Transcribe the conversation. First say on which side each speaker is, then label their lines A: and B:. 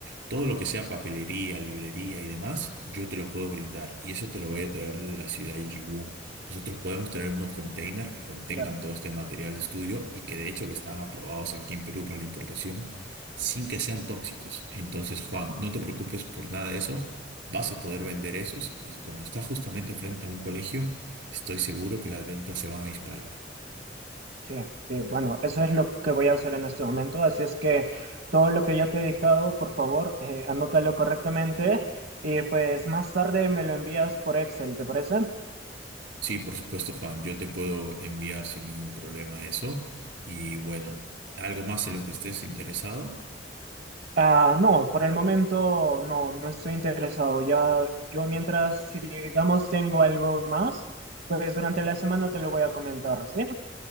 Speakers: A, on the right; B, on the right.
A: todo lo que sea papelería, librería y demás, yo te lo puedo brindar y eso te lo voy a traer desde la ciudad de Yiwu. Nosotros podemos traer unos containers que contengan
B: Claro.
A: todo este material de estudio y que de hecho que están aprobados aquí en Perú para la importación sin que sean tóxicos. Entonces, Juan, no te preocupes por nada de eso. Vas a poder vender esos y como está justamente frente a un colegio, estoy seguro que las ventas se van a disparar.
B: Sí, sí, bueno, eso es lo que voy a hacer en este momento. Así es que todo lo que ya te he dictado, por favor, eh, anótalo correctamente y pues más tarde me lo envías por Excel, ¿te parece?
A: Sí, por supuesto, Juan. Yo te puedo enviar sin ningún problema eso. Y bueno, algo más en lo que estés interesado.
B: Ah, no, por el momento no, no estoy interesado. Ya, yo mientras, si digamos tengo algo más, pues durante la semana te lo voy a comentar, ¿sí?